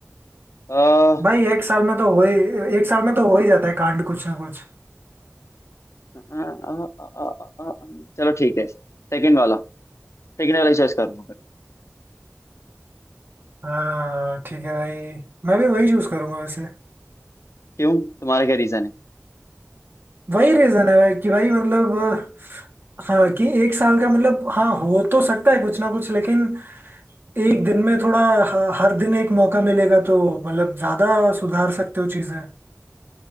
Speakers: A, on the left; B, on the right.
A: आ, आ,
B: भाई एक साल में तो हो ही एक साल में तो हो ही जाता है कांड कुछ ना कुछ
A: आ, आ, आ, आ, आ, चलो ठीक है सेकंड वाला सेकंड वाला चॉइस करूंगा फिर
B: हाँ ठीक है भाई मैं भी वही चूज करूंगा वैसे
A: क्यों तुम्हारा क्या रीजन है
B: वही रीजन है भाई कि भाई मतलब हाँ कि एक साल का मतलब हाँ हो तो सकता है कुछ ना कुछ लेकिन एक दिन में थोड़ा ह- हर दिन एक मौका मिलेगा तो मतलब ज्यादा सुधार सकते हो चीजें